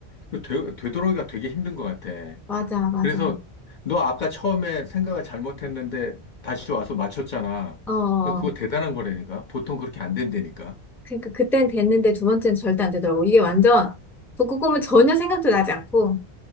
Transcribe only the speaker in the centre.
맞아, 맞아.
어, 어, 어.
그러니까 그때는 됐는데 두 번째는 절대 안 되더라고. 이게 완전, 북극곰은 전혀 생각도 나지 않고,